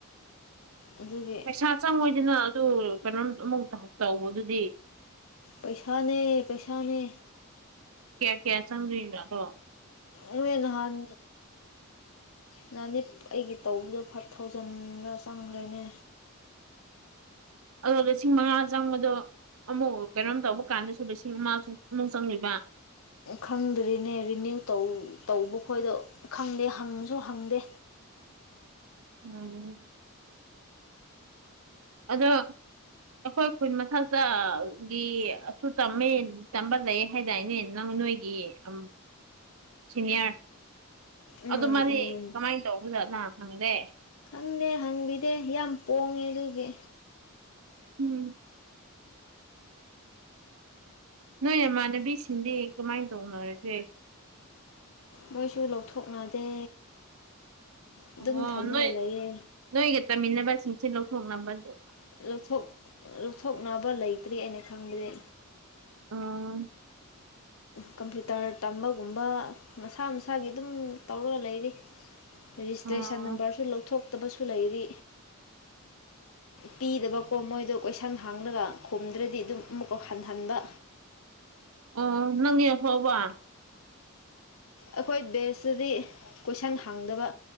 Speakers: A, on the left (about 70°); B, on the right (about 70°).
A: ꯑꯗꯨꯒꯤ
B: ꯄꯩꯁꯥ ꯆꯪꯉꯣꯏꯗꯅ ꯑꯗꯨ ꯀꯩꯅꯣꯝ ꯑꯃꯨꯛ <unintelligible> ꯇꯧꯕꯗꯨꯗꯤ
A: ꯄꯩꯁꯥꯅꯦ ꯄꯩꯁꯥꯅꯦ
B: ꯀ꯭ꯌꯥ ꯀ꯭ꯌꯥ ꯆꯪꯗ꯭ꯌꯨꯖꯥꯠꯅꯣ
A: ꯃꯣꯏ ꯅꯥꯍꯟ ꯅꯍꯟꯅꯤ ꯑꯩꯒꯤ ꯇꯧꯕꯗꯣ ꯐꯥꯏꯚ ꯊꯥꯎꯖꯟꯗꯔ ꯆꯪꯈꯒ꯭ꯔꯦꯅꯦ
B: ꯑꯗꯣ ꯂꯤꯁꯤꯡ ꯃꯉꯥ ꯆꯪꯕꯗꯣ ꯑꯃꯨꯛ ꯀꯩꯅꯣꯝ ꯇꯧꯕ ꯀꯥꯟꯗꯁꯨ ꯂꯤꯁꯤꯡ ꯑꯃꯁꯨ ꯑꯃꯨꯛ ꯆꯪ <unintelligible> ꯕ
A: ꯈꯪꯗ꯭ꯔꯤꯅꯦ ꯔꯤꯅꯤꯌꯨ ꯇꯧꯕ ꯇꯧꯕ ꯈꯣꯏꯗꯨ ꯈꯪꯗꯦ ꯍꯪꯁꯨ ꯍꯪꯗꯦ
B: <unintelligible> ꯑꯗꯣ ꯑꯩꯈꯣꯏ ꯈꯨꯟ ꯃꯊꯛꯇ ꯒꯤ <unintelligible> ꯇꯝꯕ ꯂꯩꯌꯦ ꯍꯥꯏꯗꯥꯏꯅꯦ ꯅꯪ ꯅꯣꯏ <unintelligible> ꯑ ꯁꯤꯅꯤꯌꯔ
A: ꯎꯝ
B: ꯑꯗꯨ ꯃꯥꯗꯤ
A: ꯎꯝ
B: ꯀꯃꯥꯏꯟ ꯇꯧꯕꯖꯥꯠꯅ ꯍꯪ ꯗꯦ
A: <unintelligible> ꯍꯪꯕꯤꯗꯦ ꯌꯥꯝ ꯄꯣꯡꯉꯦ ꯑꯗꯨꯒꯤ
B: ꯎꯝ ꯅꯣꯏ ꯅꯃꯥꯟꯅꯕꯤꯁꯤꯡꯗꯤ ꯀꯃꯥꯏꯟ ꯇꯧꯅꯔ <unintelligible>
A: ꯃꯣꯏꯁꯨ ꯂꯧꯊꯣꯛꯅꯗꯦ ꯑꯗꯨꯝ
B: <unintelligible>
A: ꯊꯝꯃꯒ
B: ꯅꯣꯏ
A: ꯂꯩꯌꯦ
B: ꯅꯣꯏꯒꯤ ꯇꯝꯃꯤꯟꯅꯕꯁꯤꯡꯁꯨ ꯂꯧꯊꯣꯛꯅꯕꯗꯨ
A: ꯂꯧꯊꯣꯛ ꯂꯧꯊꯣꯛꯅꯕ ꯂꯩꯇ꯭ꯔꯤ ꯑꯩꯅ ꯈꯪꯕꯗꯤ
B: ꯑꯣ
A: ꯀꯝꯄ꯭ꯌꯨꯇꯔ ꯇꯝꯕꯒꯨꯝꯕ ꯃꯁꯥ ꯃꯁꯥꯒꯤ ꯑꯗꯨꯝ ꯇꯧꯔꯒ ꯂꯩꯔꯤ ꯔꯦꯖꯤꯁꯇ꯭ꯔꯦꯁꯟ
B: ꯑꯣ
A: ꯅꯝꯕꯔꯁꯨ ꯂꯧꯊꯣꯛꯇꯕꯁꯨ ꯂꯩꯔꯤ ꯄꯤꯗꯕꯀꯣ ꯃꯣꯏꯗꯣ ꯀꯣꯏꯁꯪ ꯍꯡꯂꯒ ꯈꯨꯝꯗ꯭ꯔꯗꯤ ꯑꯗꯨꯝ ꯑꯃꯨꯛꯀꯥ ꯍꯟꯍꯟꯕ
B: <unintelligible> ꯅꯪꯗꯤ ꯂꯧꯊꯣꯛꯑꯕ
A: ꯑꯩꯈꯣꯏ ꯕꯦꯁꯇꯗꯤ ꯀꯣꯏꯁꯟ ꯍꯡꯗꯕ